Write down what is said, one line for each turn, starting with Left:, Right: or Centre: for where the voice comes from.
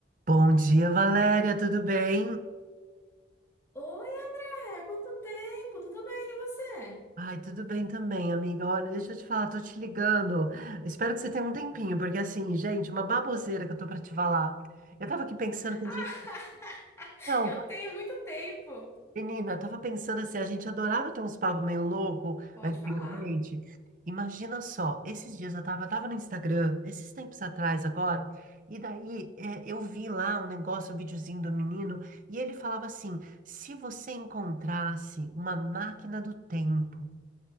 Right: Bom dia, Valéria, tudo bem?
Left: Oi, André, quanto tempo? Tudo bem, e você?
Right: Ai, tudo bem também, amiga. Olha, deixa eu te falar, tô te ligando. Espero que você tenha um tempinho, porque assim, gente, uma baboseira que eu tô pra te falar. Eu tava aqui pensando que
Left: Ah,
Right: a
Left: <laughs>
Right: gente. Não,
Left: Eu tenho muito tempo.
Right: Menina, eu tava pensando assim, a gente adorava ter uns papos meio louco
Left: Pode
Right: antigamente.
Left: falar.
Right: Imagina só, esses dias eu tava, tava no Instagram, esses tempos atrás agora, e daí é, eu vi lá um negócio, um videozinho do menino, e ele falava assim: se você encontrasse uma máquina do tempo,